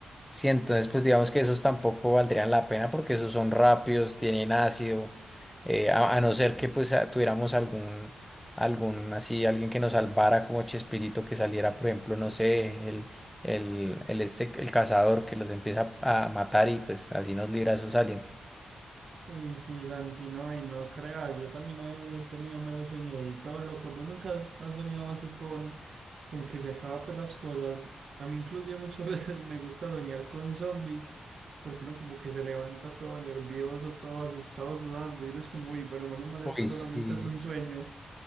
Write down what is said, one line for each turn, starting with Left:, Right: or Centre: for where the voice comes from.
Centre: Sí, entonces pues digamos que esos tampoco valdrían la pena porque esos son rápidos, tienen ácido, eh, a, a no ser que pues a- tuviéramos algún, algún así, alguien que nos salvara como Chespirito que saliera, por ejemplo, no sé, el, el, el este, el cazador que los empieza a matar y pues así nos libra de esos aliens.
Right: Uy, sí, Santi, no, y no creas, yo también he tenido menos sueños así todos locos. ¿Vos nunca has has soñado así con, con que se acaban pues, las cosas? A mí inclusive muchas <laughs> veces me gusta soñar con zombies, porque uno como que se levanta todo nervioso, todo asustado, sudando, y uno es como, uy, pero menos mal esto
Centre: Uy,
Right: solamente
Centre: sí.
Right: es un sueño.